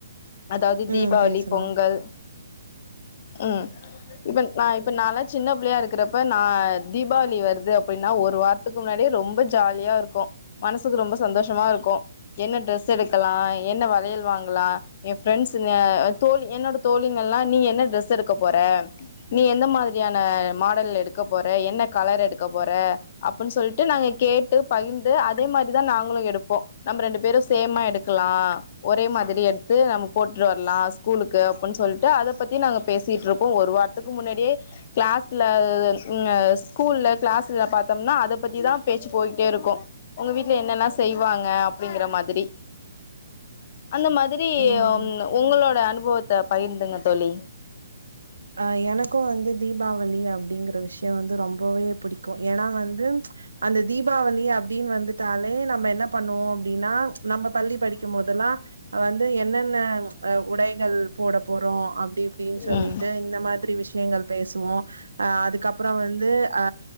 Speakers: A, on the left; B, on the right.
A: அதாவது தீபாவளி
B: ம் பேசலா
A: பொங்கல் ம் இப்ப நா இ இப்ப நால்லா சின்ன பிள்ளையா இருக்குறப்ப நா தீபாவளி வருது அப்டின்னா ஒரு வாரத்துக்கு முன்னாடியே ரொம்ப ஜாலியா இருக்கு மனசுக்கு ரொம்ப சந்தோஷமா இருக்கு என்ன ட்ரெஸ் எடுக்கலா என்ன வளையல் வாங்கலா ஏ ஃப்ரெண்ட்ஸுங்க தோழி என்னோட தோழிங்கள்லா நீ என்ன ட்ரெஸ் எடுக்க போற நீ எந்த மாதிரியான மாடல் எடுக்கப் போற என்ன கலர் எடுக்கப் போற அப்புன் சொல்ட்டு நாங்க கேட்டு பகிர்ந்து அதே மாரிதா நாங்களு எடுப்போ நம்ப ரெண்டு பேரு சேமா எடுக்கலா ஒரே மாதிரி எடுத்து நம்ம போட்டுட் வர்லா ஸ்கூலுக்கு அப்புன் சொல்ட்டு அதப் பத்தி நாங்க பேசியிட்ருக்கோ ஒரு வாரத்துக்கு முன்னாடியே க்ளாஸ்ல ம் அ ஸ்கூல்ல க்ளாஸ்ல பாத்தோம்னா அதப் பத்திதா பேச்சுப் போயிட்டே இருக்கு உங்க வீட்ல என்னல்லா செய்வாங்க அப்டிங்கிற மாதிரி அந்த மாதிரி
B: ம்
A: ங் உங்களோட அனு போத்த பகிர்ந்துங்க தோழி
B: அ எனக்கு வந்து தீபாவளி அப்டிங்கிற விஷ் யொ வந்து ரொம்பவே புடிக்கு ஏன்னா வந்து அந்த தீபாவளி அப்டின் வந்துட்டாலே நம்ம என்ன பண்ணுவோ அப்டின்னா நம்ம பள்ளி படிக்கெம்போதெல்லா வந்து என்னென்ன அ உடைகள் போட போறோ அப்டி இப்டின் சொல்லி
A: ம்
B: ட்டு இந்த மாதிரி விஷயங்கள் பேசுவோ அ அதுக்கப்றோ வந்து ஆ